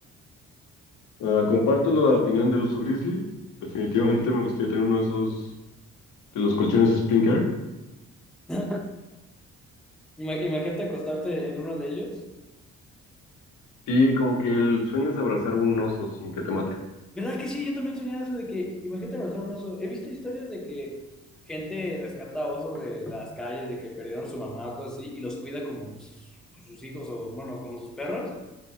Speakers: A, on the left; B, in the centre.
A: Ah, comparto la opinión del oso grizzly. Definitivamente me gustaría tener uno de esos, de los colchones Spring Air.
B: <laughs> Ima- Imagínate acostarte en uno de ellos.
A: Sí, como que el sueño es abrazar un oso sin que te mate.
B: ¿Verdad que sí? Yo también soñaba eso de que, imagínate abrazar un oso. He visto historias de que gente rescata osos de las calles, de que perdieron su mamá o cosas así, y los cuida como sus hijos o, bueno, como sus perros.